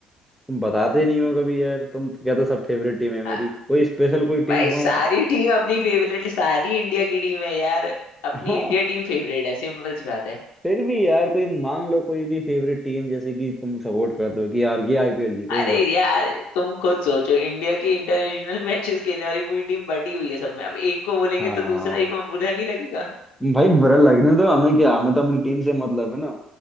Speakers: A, in the centre; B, on the left.
A: तुम बताते नहीं हो कभी यार तुम तो कहते हो सब फेवरेट टीम है मेरी
B: अ,
A: कोई स्पेशल कोई टीम
B: भाई
A: हो
B: सारी
A: यार
B: टीम अपनी फेवरेट सारी इंडिया की टीम है यार अपनी
A: हाँ
B: इंडिया टीम फेवरेट है सिंपल सी बात है
A: फिर भी यार कोई मान लो कोई भी फेवरेट टीम जैसे कि तुम सपोर्ट करते हो कि यार ये आईपीएल जीते
B: अरे
A: इस बार
B: यार तुम खुद सोचो इंडिया की इंटरनेशनल मैचेस खेलने वाली पूरी टीम बटी हुई है सब में अब एक को बोलेंगे
A: हाँ हाँ,
B: तो दूसरा
A: हाँ।
B: एक में बुरा नहीं लगेगा
A: भाई बुरा लगने दो हमें क्या हमें तो अपनी टीम से मतलब है ना